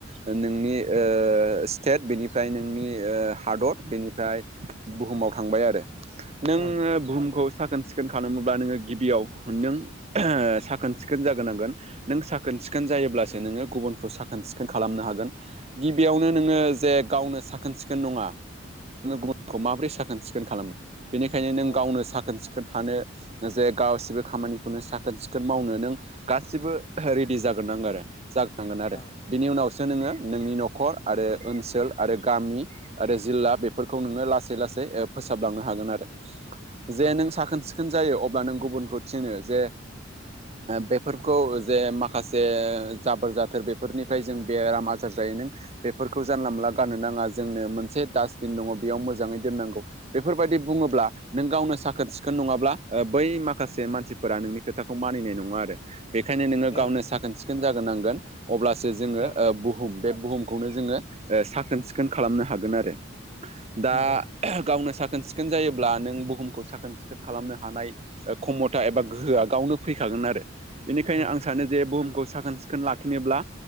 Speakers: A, on the right (about 35°); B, on the left (about 30°).
A: नोंनि स्टेट बेनिफ्राय नोंनि हादर बेनिफ्राय बुहुमाव थांबाय आरो नोङो
B: औ
A: बुहुमखौ साखोन सिखोन खालामोब्ला नोंङो गिबियाव नों साखोन सिखोन जागोनांगोन नों साखोन सिखोन जायोब्लासो नोंङो गुबुनखौ साखोन साखोन सिखोन खालामनो हागोन गिबियावनो नोंङो जे गावनो साखोन सिखोन नंङा नोंङो गुबुनखौ माबोरै साखोन सिखोन खालाम बेनिखायनो नों
B: औ
A: गावनो साखोन सिखोन थानो। जे गासिबो खामानिखौनो साखोन सिखोन मावनो नों गासिबो रेडि जागोन नांगो आरो जागोन।
B: औ औ
A: नि उनावसो नोंङो नोंनि न'खर आरो ओनसोल आरो गामि आरो जिल्ला बेफोरखौ नोंङो लासै लासै फोसाबलांनो हागोन आरो जे
B: औ
A: नों साखोन सिखोन खोन जायो अब्ला नों गुबुनखौ थिनो जे बेफोरखौ जे माखासे जाबोर जाथोर बेफोरनि जों बेराम आजार जायो नों बेफोरखौ जानला मोनला गाननो नांङा जोंनो मोनसे डास्टबिन दंङो बेयाव मोजाङै दोननांगौ। बेफोरबायदि बुंङोब्ला नों गावनो साखोन सिखोन नङाब्ला बै माखासे मानसि फोरा नोंनि खोथाखौ मानिनाय नंङा आरो बेखायनो नोंङो
B: औ
A: गावनो साखोन सिखोन जाग्रोनांगोन अब्लासो जोंङो
B: औ
A: बुहुम बुहुम बे बुहुमखौनो जोंङो साखोन सिखोन खालामनो हागोन आरो दा
B: नंगौ नंगौ
A: गावनो साखोन सिखोन जायोब्ला नों बुहुमखौ साखोन सिखोन खालामनो हानाय खमथा एबा गोहोआ गावनो फैखागोन आरो बेनिखायनो
B: औ
A: आं सानो जे बुहुमखौ साखोन सिखोन लाखिनोब्ला